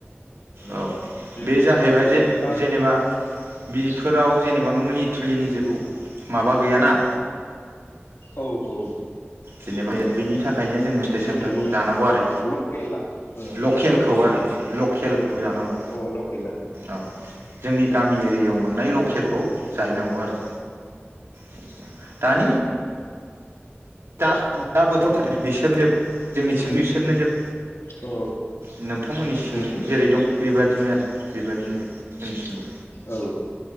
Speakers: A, on the left; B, on the right.
A: उम
B: औ
A: बेफोरखौ
B: बे जाहैबाय
A: आरो
B: जे
A: आरो
B: जेनेबा बिसफोराव खौ जेनेबा मुलि थुलिनि जेबो माबा गैया ना।
A: औ औ।
B: जेनेबा एबबिनि। थाखायनो जोङो फिथाइ
A: जोंनि
B: सामथाइखौ जानांगौ आरो
A: लकेला उम
B: लकेलखौ
A: उम
B: आरो
A: उम
B: लकेलखौ जानांगौ
A: औ लकेला
B: औ जोंनि गामि एरियायाव मोननाय लकेलखौ। जाहैनांगौ आरो जेनोबा। दानि दा दा बोथोर बिसोरनो जोब जोंनिथिंबो बिसोरनो जोब
A: औ
B: <unintelligible> नोंथांमोननि सिं
A: उम उम
B: जेरै दं बेबा दिनो बेबादिनो दिनैसिमबो।
A: औ